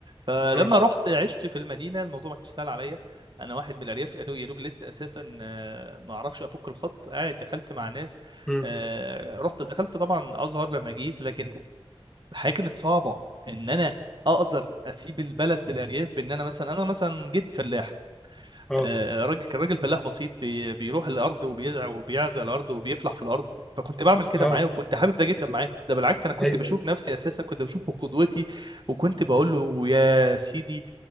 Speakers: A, on the right (about 50°); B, in the centre.
A: فلما
B: اه
A: رحت عشت في المدينه الموضوع ما كانش سهل عليا انا واحد من الارياف يا دوب يا دوب لسه اساسا آه، ما اعرفش افك الخط قاعد دخلت مع ناس
B: امم
A: آه، رحت دخلت طبعا ازهر لما جيت لكن الحياه كانت صعبه ان انا اقدر اسيب البلد بالارياف بان انا مثلا انا مثلا جد فلاح
B: اه
A: آه، راجل كان راجل فلاح بسيط بي- بيروح الارض وبيزرع وبيعزق الارض وبيفلح في الارض فكنت بعمل كده
B: اه
A: معاه وكنت حابب ده جدا معاه ده بالعكس انا كنت
B: أيوه
A: بشوف نفسي اساسا كنت بشوفه قدوتي وكنت بقول له يا سيدي